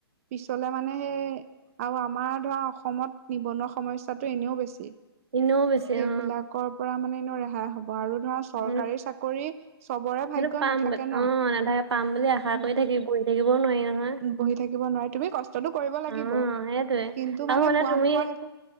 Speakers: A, on the right (about 35°); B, on the right (about 85°).
A: পিছ মানে আৰু আমাৰ ধৰা অসমত নিবনুৱা সমস্যাটো এনেও বেছি
B: এনেও বেছি
A: সেইবিলাকৰ
B: অ',
A: পৰা মানে। এনেও ৰেহাই হ'ব। আৰু ধৰা চৰকাৰী
B: উম।
A: চাকৰি চবৰে
B: সেইটো
A: ভাগ্য়
B: পাম
A: নাথাকে
B: ব-
A: ন
B: অ',
A: উ।
B: নাথাকে পাম বুলি আশা কৰি থাকি বহি থাকিবও নোৱাৰি নহয়।
A: বহি থাকিব নোৱাৰি তুমি কষ্টতটো কৰিব লাগিব
B: অ', সেইটোয়ে
A: কিন্তু
B: আৰু
A: মানে পোৱা।
B: তুমি
A: নপোৱা সেইটো